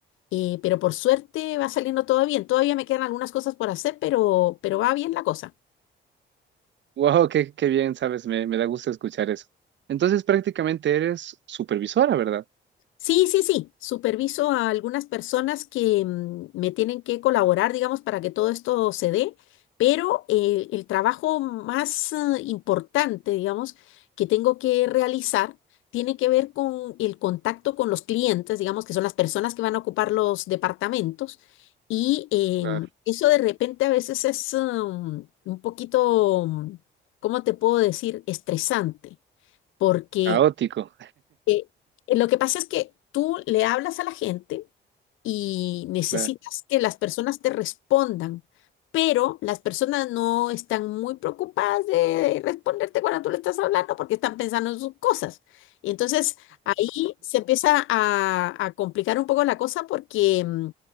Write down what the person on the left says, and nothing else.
eh, pero por suerte va saliendo todo bien. Todavía me quedan algunas cosas por hacer, pero, pero va bien la cosa.
Sí, sí, sí. Superviso a algunas personas que mm, me tienen que colaborar, digamos, para que todo esto se dé, pero eh, el, trabajo más eh, importante, digamos, que tengo que realizar tiene que ver con el contacto con los clientes, digamos, que son las personas que van a ocupar los departamentos. Y em,
eso de repente a veces es um, un poquito, um, ¿cómo te puedo decir?, estresante, porque
eh, lo que pasa es que tú le hablas a la gente, y necesitas
que las personas te respondan, pero las personas no están muy preocupadas de responderte cuando tú le estás hablando porque están pensando en sus cosas. Y entonces ahí se empieza a, a complicar un poco la cosa porque mm,